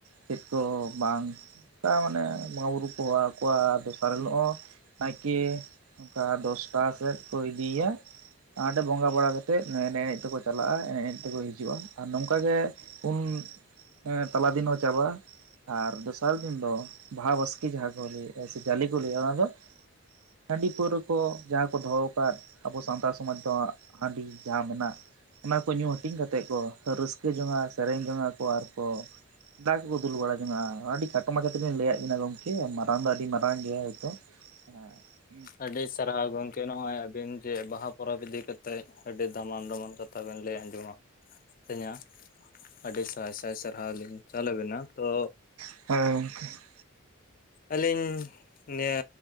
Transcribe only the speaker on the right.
ᱪᱮᱫ ᱠᱚ ᱵᱟᱝ? ᱠᱟ ᱢᱟᱱᱮ ᱵᱚᱸᱜᱟ ᱵᱩᱨᱩ ᱠᱚ ᱦᱚᱦᱚᱣᱟ ᱟᱨ ᱫᱚᱥᱟᱨ ᱦᱤᱞᱳᱜ ᱦᱚᱸ ᱱᱟᱭᱠᱮ ᱦᱚᱝᱠᱟ ᱫᱚᱥᱴᱟ ᱥᱮᱫ ᱠᱚ ᱤᱫᱤᱭᱮᱭᱟ ᱾ ᱟᱸᱰᱮ ᱵᱚᱸᱜᱟ ᱵᱟᱲᱟ ᱠᱟᱛᱮᱜ ᱮᱱᱮᱭ ᱮᱱᱮᱭ ᱛᱮᱠᱚ ᱪᱟᱞᱟᱜᱼᱟ ᱮᱱᱮᱡ ᱮᱱᱮᱡ ᱛᱮᱠᱚ ᱦᱤᱡᱩᱜᱼᱟ ᱟᱨ ᱱᱚᱝᱠᱟ ᱜᱮ ᱩᱢ ᱮᱸ ᱛᱟᱞᱟ ᱫᱤᱱ ᱦᱚᱸ ᱪᱟᱵᱟᱜᱼᱟ ᱟᱨ ᱫᱚᱥᱟᱨ ᱫᱤᱱ ᱫᱚ ᱵᱟᱦᱟ ᱵᱟᱥᱠᱮ ᱡᱟᱦᱟᱸ ᱠᱚ ᱞᱟᱹᱭᱼᱟ ᱡᱮ ᱡᱟᱞᱮ ᱠᱚ ᱞᱟᱹᱭᱟ ᱚᱱᱟ ᱫᱚ᱾ ᱦᱟᱺᱰᱤ ᱯᱟᱹᱣᱨᱟᱹ ᱠᱚ ᱡᱟᱦᱟᱸ ᱠᱚ ᱫᱚᱦᱚ ᱠᱟᱫ ᱟᱵᱚ ᱥᱟᱱᱛᱟᱲ ᱥᱚᱢᱟᱡᱽ ᱫᱚ ᱦᱟᱸᱜ ᱦᱟᱺᱰᱤ ᱡᱟᱦᱟᱸ ᱢᱮᱱᱟᱜ ᱚᱱᱟ ᱠᱚ ᱧᱩ ᱦᱟᱹᱴᱤᱧ ᱠᱟᱛᱮᱫ ᱠᱚ ᱨᱟᱹᱥᱠᱟᱹ ᱡᱚᱝᱼᱟ ᱥᱮᱨᱮᱧ ᱡᱚᱝ ᱟᱠᱚ ᱟᱨ ᱠᱚ ᱫᱟᱜ ᱠᱚᱠᱚ ᱫᱩᱞ ᱵᱟᱲᱟ ᱡᱚᱜᱚᱜᱼᱟ ᱟᱹᱰᱤ ᱠᱷᱟᱴᱚ ᱢᱟᱪᱷᱟ ᱛᱮᱜᱮ ᱞᱤᱧ ᱞᱟᱹᱭᱟᱜ ᱵᱤᱱᱟ ᱜᱚᱝᱠᱮ ᱢᱟᱨᱟᱝ ᱫᱚ ᱟᱹᱰᱤ ᱢᱟᱨᱟᱝ ᱜᱮᱭᱟ ᱦᱚᱭᱛᱚ ᱾ ᱦᱮᱸ ᱾
ᱦᱮᱸ ᱾